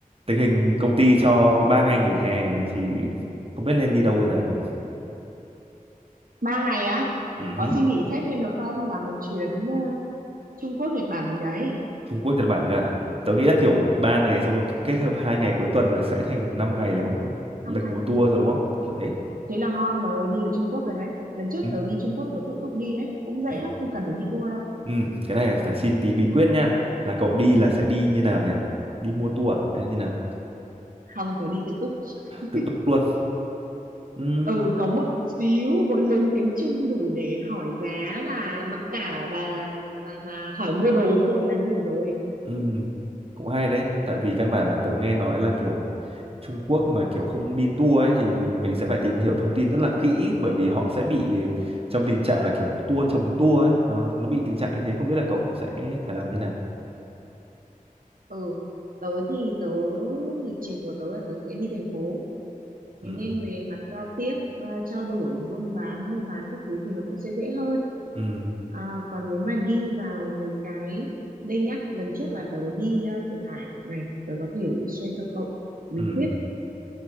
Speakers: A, on the right; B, on the right.
A: tình hình công ty cho 3 ngày nghỉ hè thì không biết nên đi đâu bây giờ nhỉ
B: ba ngày á
A: Ừ
B: có
A: hứ.
B: xin nghỉ phép thêm được không là một chuyến ờ, Trung Quốc Nhật Bản gì đấy
A: Trung Quốc Nhật Bản cơ à? tớ nghĩ là kiểu 3 ngày xong rồi k- kết hợp hai ngày cuối tuần là sẽ thành 5 ngày là cũng
B: năm
A: lực
B: ngày
A: một tour rồi đúng không kiểu thế
B: thế là ngon rồi đi được Trung Quốc rồi đấy lần trước
A: ừ.
B: tớ đi Trung Quốc tớ tự túc đi đấy cũng dễ
A: thế
B: lắm không cần phải đi tour đâu
A: ừ. cái này phải xin tí bí quyết nha là cậu đi là sẽ đi như nào nhỉ đi mua tour à? hay như nào
B: không tớ đi tự túc <laughs>
A: tự túc luôn ừ.
B: ừ có một xíu vốn lên tiếng Trung đủ để hỏi giá và mặc cả và và và hỏi mua đồ thôi là đi được rồi
A: Ừ, cũng hay đấy, tại vì căn bản là tớ nghe nói là kiểu Trung Quốc mà kiểu không đi tour ấy thì mình sẽ phải tìm hiểu thông tin rất là kỹ bởi vì họ sẽ bị trong tình trạng là kiểu tour chồng tour ấy, nó nó bị tình trạng như thế không biết là cậu sẽ phải làm như nào.
B: ừ tớ thì tớ lịch trình của tớ là tớ sẽ đi thành phố thế
A: Ừ,
B: nên về mặt giao tiếp ờ, trao đổi buôn bán mua bán các thứ thì nó cũng sẽ dễ hơn
A: ừ,
B: à, còn nếu mà đi vào mấy cái đây nhá lần trước là tớ đi ờ, Thượng Hải này tớ có thể share cho cậu bí
A: ừ,
B: quyết